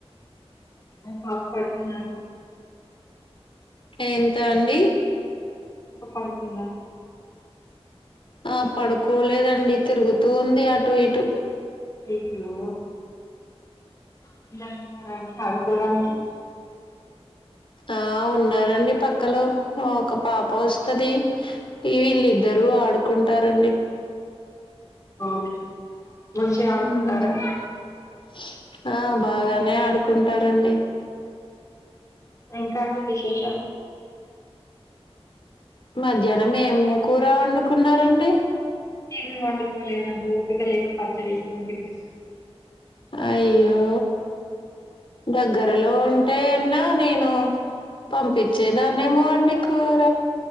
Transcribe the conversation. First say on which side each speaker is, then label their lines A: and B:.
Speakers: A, on the left (about 30°); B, on the left (about 55°).
A: ఆ పాప పడుకున్నాడు
B: ఎంత అండి
A: పాప పడుకుంద
B: ఆ పడుకోలేదండి తిరుగుతూ ఉంది అటు ఇటు
A: అయ్యో పిల్లొల్లు ఉన్నారా అండి ఆడుకోడానికి
B: ఆ ఉన్నారండి పక్కలో ఒక పాప వస్తది ఈ వీళ్ళిద్దరూ ఆడుకుంటారండి
A: ఓకే మంచిగా ఆడుకుంటారా
B: ఊ ఆ బాగా బాగానే ఆడుకుంటారు అండి
A: ఇంకా అండి విశేషాలు
B: మధ్యాహ్నం ఏమ్ కూర వండుకున్నారండి
A: ఏమి వండుకోలేదండి ఒపిక లేక పచ్చడి వేసుకొని తినేస
B: అయ్యో దగ్గరలో ఉంటే అన్నా నేను పంపించేదాన్నేమో అండి కూర